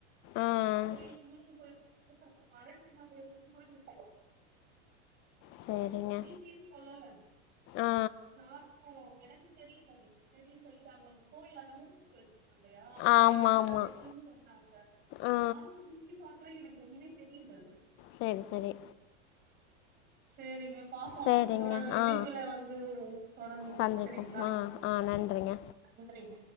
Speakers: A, on the left; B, on the right.
A: ஆ
B: கோயில் முருகன் கோயில் <inaudible> பழனி மலை <unintelligible> <unintelligible>
A: சரிங்க
B: வீட்லீனு சொல்லல அது
A: ஆ
B: நானு <unintelligible> எனக்கு தெரில அது செரின்னு சொல்லிட்டு அவங்க அவங்க கோயில அங்க முருகன் கோயில் ல்லையா அவங்க இருந்து
A: ஆமாம்
B: பாத்தா
A: ஆமாம்
B: தெரியுன்னு சொன்னாங்க
A: ஆ
B: நானு சுத்திமுத்தி பாக் <unintelligible> எனக்கு ஒண்ணுமே தெரியல
A: செரி செரி
B: சேரிங்கப் பாப்போ
A: சரிங்க
B: அடுத்த தடவ இணைப்புல
A: ஆ
B: வந்து தொடங்குவோ
A: சந்திப்போம்
B: செரிங்களா
A: ஆ ஆ நன்றிங்க
B: நன்றிங்க